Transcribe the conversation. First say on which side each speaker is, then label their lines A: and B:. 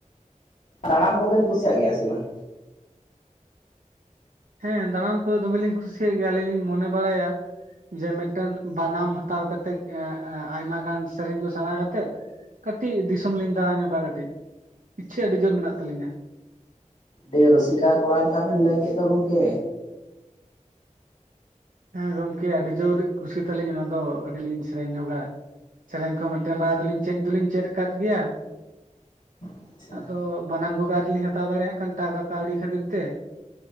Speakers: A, on the left (about 75°); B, on the right (about 85°).
A: ᱫᱟᱬᱟᱱ ᱠᱚᱵᱮᱱ ᱠᱩᱥᱤᱭᱟᱜ ᱜᱮᱭᱟ ᱥᱮ ᱵᱟᱝ
B: ᱦᱮᱸ ᱫᱟᱬᱟᱱ ᱠᱚᱫᱚ ᱫᱚᱢᱮᱞᱤᱧ ᱠᱩᱥᱤᱭᱟᱜ ᱜᱮᱭᱟ ᱟᱹᱞᱤᱧ ᱞᱤᱧ ᱢᱚᱱᱮ ᱵᱟᱲᱟᱭᱟ ᱡᱮ ᱢᱤᱫᱴᱮᱱ ᱵᱟᱱᱟᱢ ᱦᱟᱛᱟᱣ ᱠᱟᱛᱮᱜ ᱮᱸᱮᱸ ᱟᱭᱢᱟ ᱜᱟᱱ ᱥᱮᱨᱮᱧ ᱠᱚ ᱥᱮᱬᱟ ᱠᱟᱛᱮᱜ ᱠᱟᱹᱴᱤᱡ ᱫᱤᱥᱚᱢ ᱞᱤᱧ ᱫᱟᱬᱟ ᱧᱚᱜᱟ ᱠᱟᱹᱴᱤᱡ, ᱤᱪᱪᱷᱟᱹ ᱟᱹᱰᱤ ᱡᱳᱨ ᱢᱮᱱᱟᱜ ᱛᱟᱹᱞᱤᱧᱟ
A: ᱟᱰᱤ ᱨᱩᱥᱤᱠᱟ ᱠᱚᱲᱟ ᱞᱮᱠᱟ ᱵᱮᱱ ᱞᱟᱹᱭ ᱠᱮᱫ ᱫᱚ ᱜᱚᱝᱠᱮ
B: ᱦᱮᱸ ᱜᱚᱝᱠᱮ ᱟᱹᱰᱤ ᱡᱳᱨ ᱠᱩᱥᱤ ᱛᱟᱹᱞᱤᱧ ᱚᱱᱟ ᱫᱚ ᱠᱟᱹᱴᱤᱡ ᱞᱤᱧ ᱥᱮᱨᱮᱧ ᱧᱚᱜᱟ ᱥᱮᱨᱮᱧ ᱠᱚ ᱢᱤᱫᱴᱮᱱ ᱵᱟᱨᱭᱟ ᱫᱚᱞᱤᱧ ᱪᱮᱫ ᱫᱚᱞᱤᱧ ᱪᱮᱫ ᱟᱠᱟᱫ ᱜᱮᱭᱟ
A: ᱟᱪᱪᱷᱟ
B: ᱟᱫᱚ ᱵᱟᱱᱟᱢ ᱠᱚᱜᱮ ᱟᱹᱣᱨᱤ ᱞᱤᱧ ᱦᱟᱛᱟᱣ ᱫᱟᱲᱮᱭᱟᱜ ᱠᱟᱱ ᱴᱟᱠᱟ ᱠᱟᱹᱣᱰᱤ ᱠᱷᱟᱹᱛᱤᱨ ᱛᱮ